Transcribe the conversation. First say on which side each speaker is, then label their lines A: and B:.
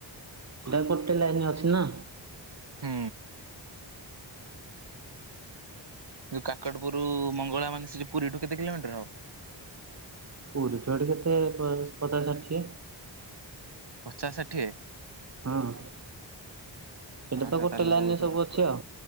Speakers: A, on the right; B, on the right.
A: ସେଟା ଗୋଟେ ଲାଇନ ଅଛି ନା
B: ହୁଁ ଯୋଉ କାକଟପୁରରୁ ମଙ୍ଗଳା ମାନେ ସେଠ ପୁରୀଠୁ କେତେ କିଲୋମିଟର ହବ
A: ପୁରୀ ଠୁ ହେଁଠି କେତେ ପ ପଚାଶ ଷାଠିଏ
B: ପଚାଶ ଷାଠିଏ
A: ହଁ ସେଟା
B: ହଁ
A: ତ
B: ସେ
A: ଗୋଟେ
B: ତାହେଲେ
A: ଲାଇନରେ
B: ବହୁତ ଦୂର
A: ସବୁ ଅଛି ଛି ଅ